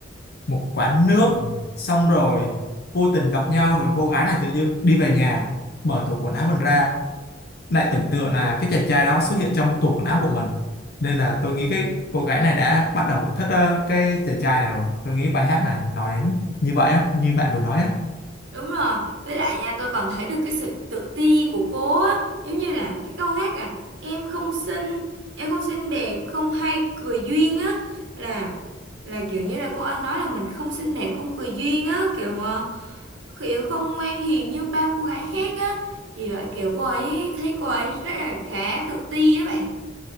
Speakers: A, on the left; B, on the right.
A: một quán nước xong rồi vô tình gặp nhau rồi cô gái này tự dưng đi về nhà mở tủ quần áo mình ra lại tưởng tượng là cái chàng trai đó xuất hiện trong tủ quần áo của mình nên là tôi nghĩ cái cô gái này đã bắt đầu thích ờ, cái chàng trai này rồi tôi nghĩ bài hát này nói đến như vậy á như bạn vừa nói á
B: Đúng rồi, với lại nha tôi còn thấy được cái sự tự ti của cô á, giống như là cái câu hát à em không xinh, em không xinh đẹp, không hay cười duyên á là là kiểu như là cô ấy nói là mình không xinh đẹp, không cười duyên á, kiểu ờ, kiểu không ngoan hiền như bao cô gái khác á. Vì vậy kiểu cô ấy thấy cô ấy rất là khá tự ti á bạn.